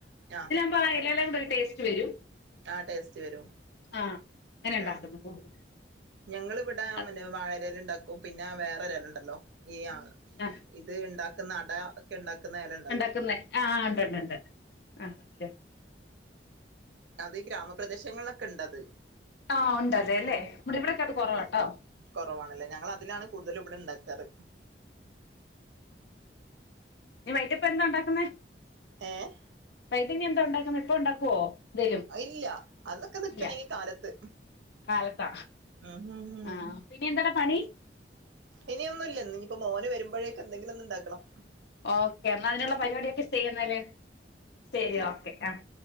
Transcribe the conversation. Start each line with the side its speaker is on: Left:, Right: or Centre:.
Right: ആഹ്..
Left: അപ്പാ എല <unintelligible> ടേസ്റ്റ് വരും.
Right: ആ ടേസ്റ്റ് വരും
Left: ആഹ് അങ്ങനെ ഉണ്ടാക്കുന്നു
Right: ഉം
Left: കൂടുതലും
Right: ഞങ്ങ ഇവിടെ
Left: അത്
Right: മന്നെ വാഴരൽ- ണ്ടാക്കും പിന്നെ വേറെ- ഒരെലുണ്ടല്ലോ ഈ ആഹാ...
Left: ആഹ്
Right: ഇത് ണ്ടാക്കുന്ന അട ഒക്കെ ണ്ടാക്കുന്ന നലണ്ട്.
Left: ണ്ടാക്ന്ന ആഹ് ഉണ്ടണ്ട് ഉണ്ട് ആഹാ ആഹാ...
Right: അതീ ഗ്രാമപ്രദേശങ്ങളിലൊക്കെ ണ്ടത്
Left: ആഹ് ഉണ്ട് അതെല്ലെ നമ്മുടെ ഇവിടെക്കെ അത് കുറവ ട്ടോ
Right: കുറവാണല്ലേ ഞങ്ങൾ അതിലാണ് കൂടുതലും ഇവിടെ ഉണ്ടാക്കാറ്
Left: ആ വൈകിട്ട്പ്പ ന്താ ഉണ്ടാക്കുന്നെ
Right: ഏഹ്
Left: വൈകിട്ടിനി എന്താ ഉണ്ടാക്കുന്നെ ഇപ്പൊ ഉണ്ടാക്കുവോ എന്തേലും
Right: ഇല്ല അതൊക്കെ നിക്കണെങ്കി
Left: ഇല്ല
Right: കാലത്ത്
Left: കാലത്താ
Right: ഉം ഉം ഉം
Left: ആഹ് പിന്നെ എന്താടാ പണി
Right: ഇനി ഒന്നും ഇല്ല ന്നി നിയിപ്പോ മോന് വരുമ്പോഴേക്കെന്തെങ്കിലും ഒന്നുംണ്ടാക്കണം
Left: ഓക്കേ എന്നാൽ അതിനുള്ള പരിപാടിയൊക്കെ ചെയ്യുന്നാല് ശരി ഓക്കെ ആഹ്